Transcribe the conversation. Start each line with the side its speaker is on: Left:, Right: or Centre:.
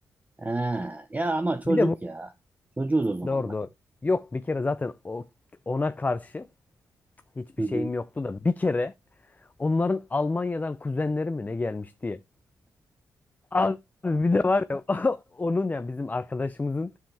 Right: Ha. Ya ama çocuk
Left: Bir de bu
Right: ya. Çocuğuz o zamanlar.
Left: Doğru doğru. Yok bir kere zaten o, ona karşı hiçbir
Right: Hı
Left: şeyim
Right: hı.
Left: yoktu da bir kere onların Almanya'dan kuzenleri mi ne gelmiş diye. Abi bir de var ya <laughs> onun ya bizim arkadaşımızın